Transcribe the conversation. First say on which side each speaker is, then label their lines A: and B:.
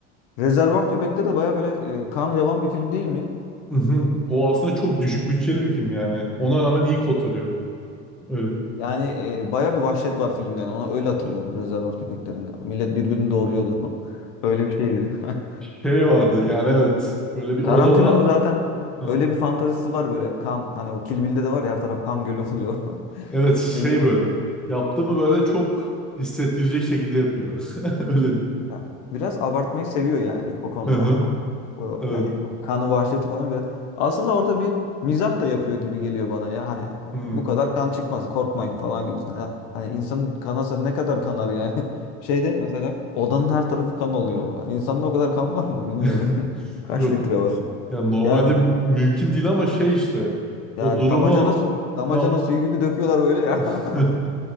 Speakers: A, on the left (about 80°); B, in the centre.
A: Rezervuar Köpekleri de baya böyle e, kan revan bir film değil mi?
B: Hı hı. O aslında çok düşük bütçeli bir film yani. Ona rağmen iyi kotarıyor. Öyle diyeyim.
A: Yani e, baya bir vahşet var filmde. Yani. Ona öyle hatırlıyorum Rezervuar Köpekleri'nde. Millet birbirini doğuruyordu. <laughs> Öyle bir şeydi. <laughs>
B: Şey vardı yani evet. Böyle bir odada
A: Tarantino'nun zaten
B: Hı
A: öyle bir fantazisi var böyle kan hani o Kill Bill'de de var ya her taraf kan gölü oluyor. <laughs>
B: Evet şey
A: Seviyor.
B: böyle. Yaptığımı böyle çok hissettirecek şekilde yapıyor. <laughs> Öyle diyeyim.
A: Ya, biraz abartmayı seviyor yani o konuda.
B: Hı hı.
A: O, o
B: Evet.
A: yani o kanı vahşeti falan biraz. Aslında orada bir mizah da yapıyor gibi geliyor bana ya. Hani
B: Hmm.
A: bu kadar kan çıkmaz korkmayın falan gibisinden. Ya, hani insanın kanasa ne kadar kanar yani. <laughs> Şeyde mesela odanın her tarafı kan oluyor. Yani İnsanda o kadar kan var mı bilmiyorum.
B: <laughs>
A: <laughs> Kaç
B: Yok.
A: litre var?
B: Yani normalde
A: Yani
B: mümkün değil ama şey işte.
A: yani
B: O durumu
A: damacana su damacana
B: ya,
A: suyu gibi döküyorlar böyle ya.
B: <laughs>
A: <laughs>